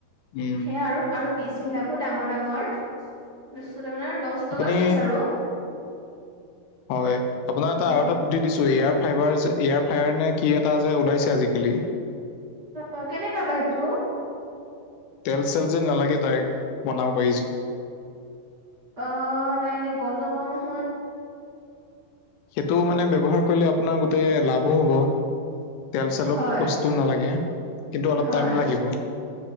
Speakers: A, on the left; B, on the right.
A: উম।
B: সেয়া আৰু আৰু পিচ বিলাকো ডাঙৰ- ডাঙৰ। তাৰপিছত আপোনাৰ দহ
A: আপুনি
B: টকা পিচ আৰু।
A: হয়, আপোনাৰ এটা
B: অ
A: আৰু এটা বুদ্ধি দিছোঁ, এয়াৰ ফাইভাৰ যে এয়াৰ ফায়াৰ নে কি এটা যে ওলাইছে আজিকালি
B: অ', কেনেকুৱা বা সেইটো।
A: তেল-চেল যে নালাগে ডাইৰেক্ট বনাব পাৰিছোঁ।
B: অ', নাই, নাই, গম নাপাও নহয়।
A: সেইটো মানে ব্যৱহাৰ কৰিলে আপোনাৰ গোটেই লাভো হ'ব। তেল-চেলপ
B: হয়
A: বস্তু নালাগে, কিন্তু অলপ
B: হয়
A: টাইম লাগিব।